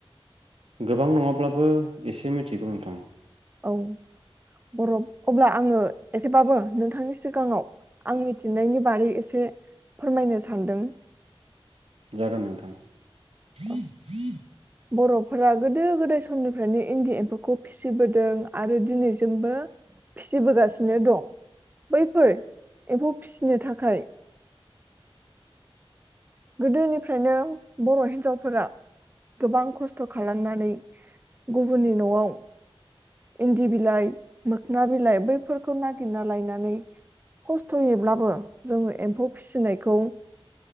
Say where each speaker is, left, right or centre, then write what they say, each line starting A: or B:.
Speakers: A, on the right; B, on the right.
A: गोबां नङाब्लाबो एसे मिथिगौ नोंथां
B: औ बर अब्ला आङो एसेबाबो नोंथांनि सिगाङाव आं मिथिनायनि बारै एसे फोरमायनो सानदों
A: जागोन नोंथां <inaudible>
B: औ बरफोरा गोदो गोदाय समनिफ्रायनो इन्दि एम्फौखौ फिसिबोदों आरो दिनैसिमबो फिसिबोगासिनो दं बैफोर एम्फौ फिसिनो थाखाय गोदोनिफ्रायनो बर हिनजावफोरा गोबां खस्थ खालामनानै गुबुननि नआव इन्दि बिलाइ मोखना बिलाइ बैफोरखौ नागिरना लायनानै खस्थयैब्लाबो जोङो एम्फौ फिसिनायखौ